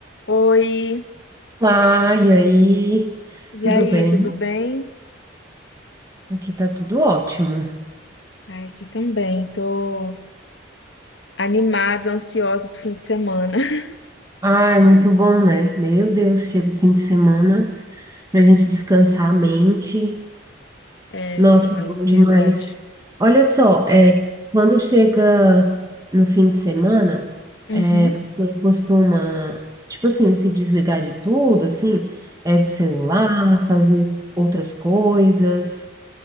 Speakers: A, on the left; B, on the right.
A: Oi,
B: Olá, e aí?
A: e
B: Tudo
A: aí,
B: bem?
A: tudo bem?
B: Aqui tá tudo ótimo.
A: Ai, aqui também, tô animada, ansiosa pro fim de semana. <laughs>
B: Ah, é muito bom, né? Meu Deus, chega o fim de semana pra gente descansar a mente.
A: É,
B: Nossa,
A: não,
B: é bom demais.
A: verdade.
B: Olha só, é, quando chega no fim de semana,
A: Uhum.
B: é, você costuma, tipo assim, se desligar de tudo, assim, é do celular, fazer outras coisas.